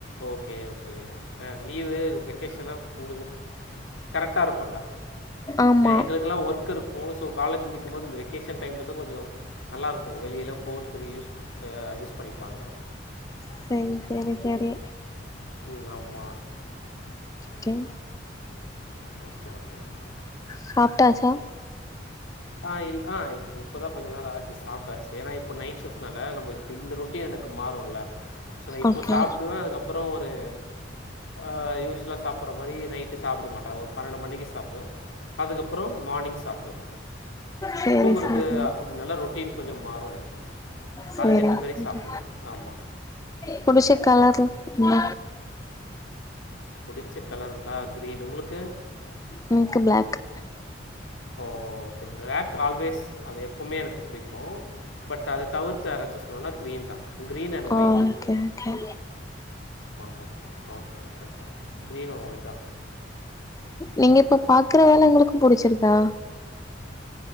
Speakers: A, on the left (about 80°); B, on the left (about 20°).
A: ஓகே ஓகே ஆ லீவு வெகேஷனா உங்களுக்கு கரெக்டா இருக்கும்ல
B: ஆமா
A: எங்களுக்கெல்லாம் ஒர்க் இருக் இருக்கும் ஸோ காலேஜ் முடிக்கும்போது இந்த வெக்கேஷன் டைமில் தான் கொஞ்சம் நல்லாருக்கும் வெளியல்லாம் போகறதுக்கு யூஸ் யூஸ் பண்ணிப்பாங்க
B: சேரி சேரி சேரி
A: ம்ம் ஆமா
B: கே
A: ஓகே ஓகே ஓகே
B: சாப்பட்டாச்சா
A: ஆஹ் இல் ஆஹ இப்பதான் கொஞ்ச நேரம் ஆச்சு சாப்ப்டாச்சு ஏனா இப்ப நைட் ஷிஃப்ட்னல நம்ம இந்த ரொட்டின் எனக்கு மாறும்ல நான் இப்ப
B: ஓகே
A: சாப்பிடுவேன் அதுக்கப்புறம் ஒரு ஆஹ் யூஸ்லா சாப்பிடுற மாதிரி நைட்டு சாப்பிட மாட்டேன் ஓ பன்னெண்டு மணிக்கு சாப்புடுவேன் அதுக்கப் அப்புறம் மார்னிங் சாப்டுவேன்
B: சேரி
A: தூங்குறது
B: சேரி
A: அப்டினால ரொட்டின் கொஞ்சம் மாறும் எனக்கு
B: சேரி
A: அதுக்கேத்த மாரி
B: சேரி
A: சாப்டுவேன் ஆமா
B: புடிச்ச கலர் இந்த
A: புடிச்ச கலருங்களா கிரீன் உங்களுக்கு
B: எனக்கு black
A: oh okay black always அது எப்பவுமே எனக்கு பிடிக்கும் பட் அதை தவிர்த்தர சொன்ன கிரீன் தான் green and white
B: oh okay okay
A: ஆமா okay okay okay okay green தான்
B: நீங்க இப்ப பாக்குற வேலை ஒங்களுக்கு புடிச்சிருக்கா